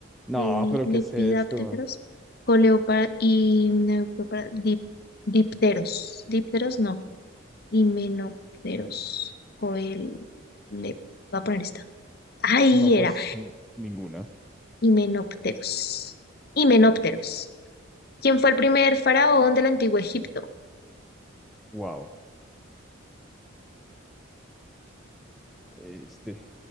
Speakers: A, in the centre; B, on the left.
A: No,
B: le-
A: pero
B: lepidápteros,
A: ¿qué es esto?
B: coleópar y neoprópara- dip- dipteros, dípteros no, himenópteros, coel, le, voy a poner esta. Ahí
A: No, pues
B: era,
A: n- ninguna.
B: himenópteros, himenópteros. ¿Quién fue el primer faraón del antiguo Egipto?
A: Wow. Este.